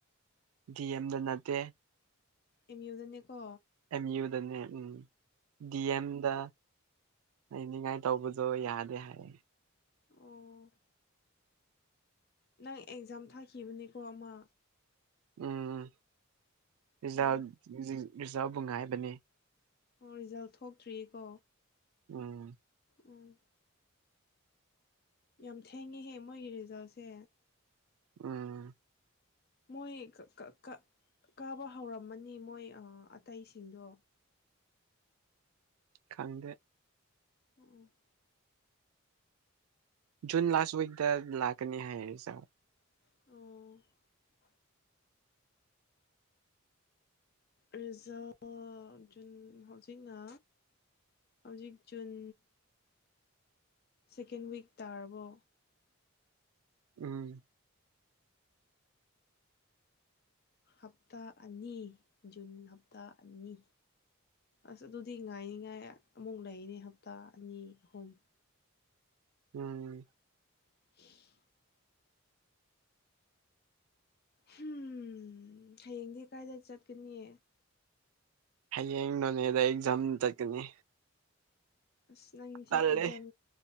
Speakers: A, on the right (about 80°); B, on the left (about 45°).
A: ꯗꯤ ꯑꯦꯝꯗ ꯅꯠꯇꯦ
B: ꯑꯦꯝ ꯎ ꯗꯅꯦ ꯀꯣ
A: ꯑꯦꯝ ꯌꯨ ꯗꯅꯦ ꯎꯝ ꯗꯤ ꯑꯦꯝꯗ ꯂꯩꯅꯤꯡꯉꯥꯏ ꯇꯧꯕꯗꯣ ꯌꯥꯗꯦ ꯍꯥꯏꯌꯦ
B: ꯑꯣ ꯅꯪ ꯑꯦꯛꯖꯥꯝ ꯊꯥꯈꯤꯕꯅꯤꯀꯣ ꯑꯃ
A: ꯎꯝ ꯔꯤꯖꯜꯗꯤ
B: ꯎꯝ
A: ꯔꯤꯖꯜꯕꯨ ꯉꯥꯏꯕꯅꯤ
B: ꯑꯣ ꯔꯤꯖꯜ ꯊꯣꯛꯇ꯭ꯔꯤꯀꯣ
A: ꯎꯝ
B: ꯎꯝ ꯌꯥꯝ ꯊꯦꯡꯉꯤꯍꯦ ꯃꯣꯏꯒꯤ ꯔꯤꯖꯜꯁꯦ
A: ꯎꯝ
B: ꯃꯣꯏ ꯀ ꯀ ꯀ ꯀꯥꯕ ꯍꯧꯔꯝꯃꯅꯤ ꯃꯣꯏ ꯛ ꯑꯇꯩꯁꯤꯡꯗꯣ
A: ꯈꯪꯗꯦ
B: ꯎꯝ
A: ꯖꯨꯟ ꯂꯥꯁ ꯋꯤꯛ ꯇ ꯂꯥꯛꯀꯅꯤ ꯍꯥꯏꯌꯦ ꯑꯦꯖꯥꯝ
B: ꯑꯣ ꯔꯤꯖꯜ ꯖꯨꯟ ꯍꯧꯖꯤꯛꯅ ꯍꯧꯖꯤꯛ ꯖꯨꯟ ꯁꯦꯀꯦꯟ ꯋꯤꯛ ꯇꯥꯔꯕꯣ
A: ꯎꯝ
B: ꯍꯞꯇꯥ ꯑꯅꯤ ꯖꯨꯟ ꯍꯞꯇꯥ ꯑꯅꯤ ꯑꯁ ꯑꯗꯨꯗꯤ ꯉꯥꯏꯅꯤꯉꯥꯏ ꯑꯃꯨꯛ ꯂꯩꯅꯤ ꯍꯞꯇꯥ ꯑꯅꯤ ꯑꯍꯨꯝ
A: ꯎꯝ
B: <inaudible> ꯍꯨꯝ ꯍꯌꯦꯡꯗꯤ ꯀꯥꯏꯗ ꯆꯠꯀꯅꯤ
A: ꯍꯌꯦꯡ ꯅꯣꯅꯦꯗ ꯑꯦꯛꯖꯥꯝ ꯆꯠꯀꯅꯤ
B: ꯑꯁ ꯅꯪꯁꯦ
A: ꯇꯜꯂꯦ
B: ꯑꯦꯛꯖꯥꯝ